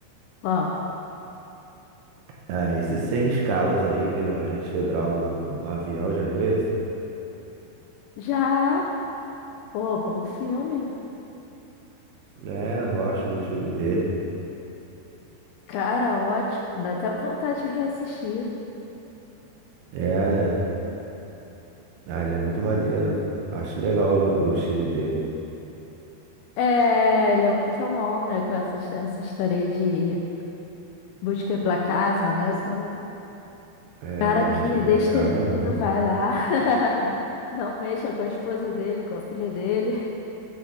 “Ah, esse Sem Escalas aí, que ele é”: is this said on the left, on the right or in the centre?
Right